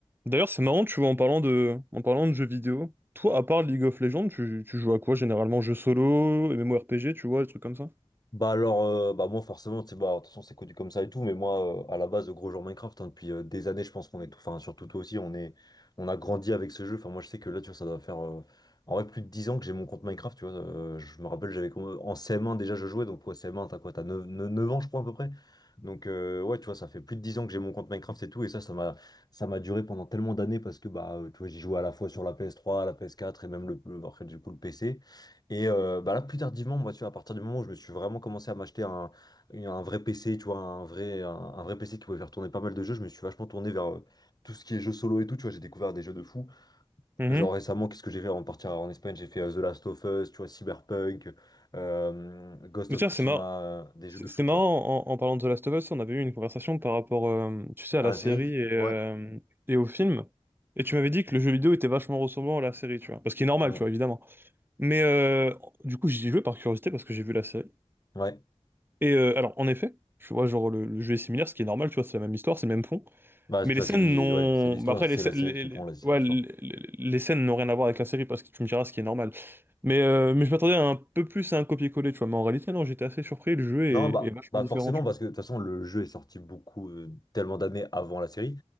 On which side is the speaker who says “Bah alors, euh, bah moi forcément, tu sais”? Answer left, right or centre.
Left